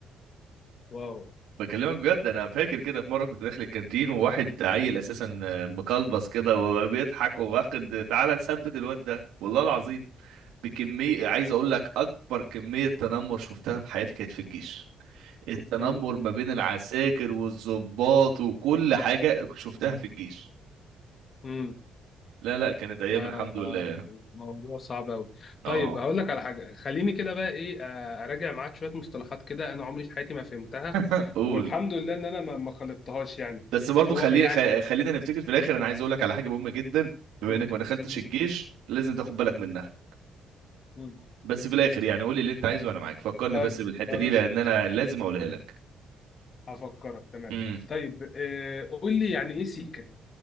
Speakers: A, on the left; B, on the right.
A: واو
B: بكلمك بجد انا فاكر كده في مره كنت داخل الكانتين وواحد عيل اساسا مقلبص كده وبيضحك وواخد تعالى نثبت الواد ده والله العظيم بكميه عايز اقول لك اكبر كميه تنمر شفتها في حياتي كانت في الجيش التنمر
A: مم.
B: ما بين العساكر والضباط وكل حاجه شفتها في الجيش
A: مم.
B: لا لا كانت ايام
A: ده
B: الحمد لله
A: موضوع صعب قوي
B: اه
A: طيب هقول لك على حاجه خليني كده بقى ايه آه، اراجع معاك شويه مصطلحات كده انا عمري في حياتي ما فهمتها
B: قول
A: والحمد لله ان انا ما ما خلطتهاش يعني
B: بس برضو
A: هو
B: خلي
A: إيه يعني
B: خ- خلينا نفتكر في الاخر انا عايز اقول لك على حاجه مهمه جدا بما
A: قول
B: انك
A: لي
B: ما دخلتش
A: مم،
B: الجيش لازم تاخد بالك
A: الحمد
B: منها
A: لله مم.
B: بس في الاخر يعني قول لي اللي انت عايزه وانا معاك فكرني
A: طيب
B: بس بالحته
A: خلاص
B: دي لان
A: ماشي
B: انا لازم اقولها لك
A: هفكرك تمام
B: امم
A: طيب آه، قول لي يعني ايه سيكا